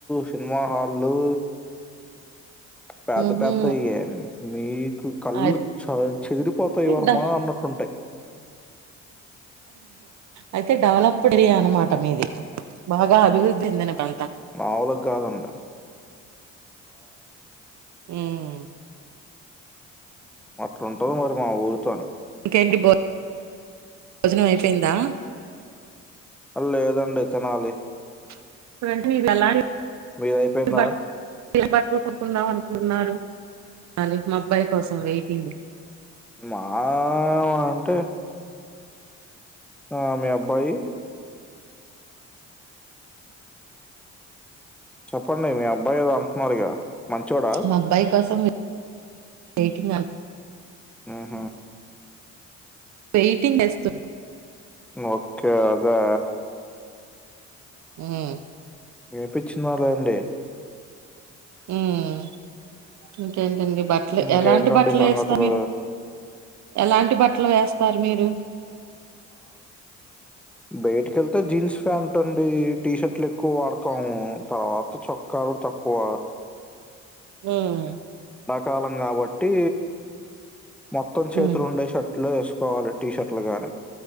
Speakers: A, in the centre; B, on the right.
A: సినిమా హాళ్లు పెద్ద
B: మ్హూ
A: పెద్దయి మీ కళ్ళు
B: అయితే
A: చ చెదిరిపోతాయి వర్మ
B: డ
A: అన్నట్టుంటాయి
B: అయితే డెవలప్డ్యా అనమాట మీది బాగా అభివృద్ధి చెందిన ప్ర
A: మావులుకి కాదండి
B: మ్మ్
A: అట్డుంటది మరి మా ఊరితోని
B: ఇంకేంటి భో భోజనం అయిపోయిందా
A: లేదండి తినాలి
B: <unintelligible>
A: మీరు అయిపోయింద
B: బట్ బట్టలు కొంటకుందాం అనుకుంటున్నారు అది మా అబ్బాయి కోసం వెయిటింగ్
A: మా అంటే ఆ మీ అబ్బాయి చెప్పండి మీ అబ్బాయి కదా అంటున్నారు ఇక మంచోడా
B: మా అబ్బాయి కోసం వెయిటింగ్ అ
A: ఆహా
B: వెయిటింగ్ వస్తు
A: ఓకే అదా
B: హు
A: వినిపించిందలా అండి
B: మ్మ్ ఇంకేంటండి బట్టలు
A: ఇంకేంటండి
B: ఎలాంటి బట్టలు
A: సంగతులు
B: వేస్తా మీరు ఎలాంటి బట్టలు వేస్తారు మీరు
A: బయటిక వెళ్తే జీన్స్ ప్యాంటట్ అండి టీ షర్ట్లు ఎక్కువ వాడతాము తర్వాత చొక్కా ఆడుతా తకువ
B: మ్మ్
A: కాలం కాబట్టి మొత్తం చేతులు
B: ఉమ్
A: ఉండే షట్లు వేసు కోవాలి టీషర్ట్లు గానీ